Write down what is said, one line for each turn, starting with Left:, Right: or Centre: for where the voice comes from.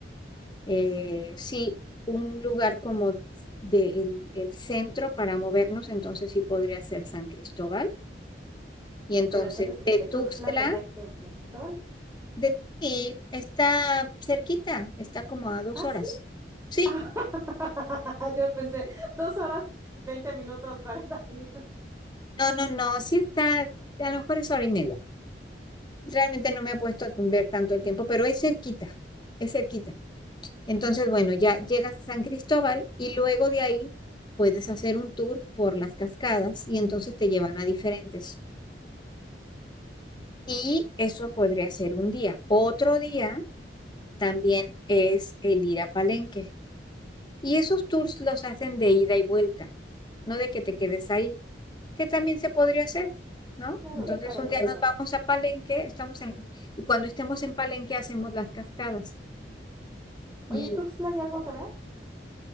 Left: Eh,
Right: Mm.
Left: sí, un lugar como de el, el centro para movernos, entonces sí podría ser San Cristóbal. Y entonces
Right: Pero entonces de
Left: de Tuxtla,
Right: Tuxtla tendría que ir a San Cristóbal.
Left: de ti está cerquita, está como a dos
Right: Ah,
Left: horas.
Right: sí.
Left: Sí,
Right: <laughs> Yo pensé, dos horas, 20 minutos, 40 minutos.
Left: no, no, no, sí está,
Right: <laughs>
Left: a lo mejor es hora y media. Realmente no me he puesto a ver tanto el tiempo, pero es cerquita, es cerquita. Entonces, bueno, ya llegas a San Cristóbal y luego de ahí puedes hacer un tour por las cascadas y entonces te
Right: Ok,
Left: llevan a diferentes.
Right: ujú,
Left: Y eso podría ser un día. Otro día también es el ir a Palenque. Y
Right: ok,
Left: esos tours los hacen de ida y vuelta, no de
Right: ujú.
Left: que te quedes ahí, que también se podría hacer, ¿no?
Right: Claro,
Left: Entonces
Right: ir para
Left: un
Right: allá
Left: día
Right: y quedarme.
Left: nos vamos a Palenque, estamos en, y cuando estemos en Palenque hacemos las cascadas. Y
Right: Oye, ¿en Tuxtla hay algo que ver?